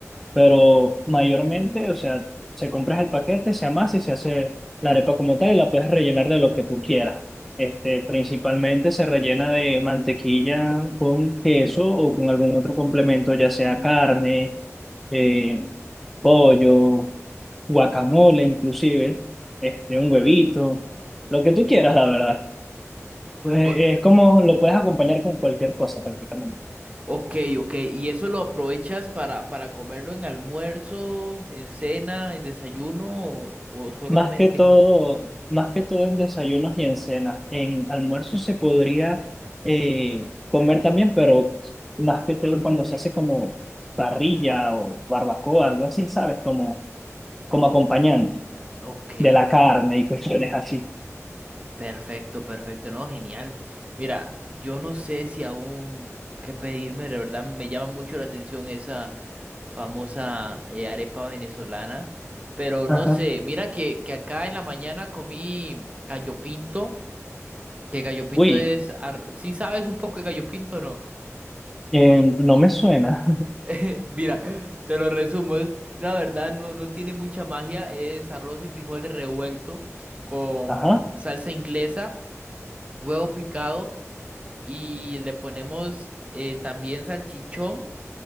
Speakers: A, in the centre; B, on the right (about 25°).
A: pero mayormente, o sea, se compras el paquete, se amasa y se hace la arepa como tal y la puedes rellenar de lo que tú quieras. Este, principalmente se rellena de mantequilla con queso o con algún otro complemento, ya sea carne, eh, pollo, guacamole inclusive, este, un huevito, lo que tú quieras, la verdad. Pues
B: O-
A: es como lo puedes acompañar con cualquier cosa prácticamente.
B: ok, ok. ¿Y eso lo aprovechas para, para comerlo en almuerzo, en cena, en desayuno o, o solamente
A: Más que todo,
B: en...
A: más que todo en desayunos y en cenas. En almuerzo se podría eh, comer también, pero más que todo cuando se hace como parrilla o barbacoa, algo así, ¿sabes? Como, como acompañante
B: Ok,
A: de la carne y cuestiones así.
B: Perfecto, perfecto, no, genial. Mira, yo no sé si aún qué pedirme, de verdad me llama mucho la atención esa famosa eh, arepa venezolana, pero
A: Ajá.
B: no sé, mira que, que acá en la mañana comí gallo pinto, que gallo pinto
A: Uy,
B: es, ar- ¿sí sabes un poco de gallo pinto o no?
A: eh, no me suena.
B: <laughs> Mira, te lo resumo, es, la verdad no, no tiene mucha magia, es arroz y frijoles revuelto con
A: <laughs> Ajá.
B: salsa inglesa, huevo picado. y le ponemos eh, también salchichón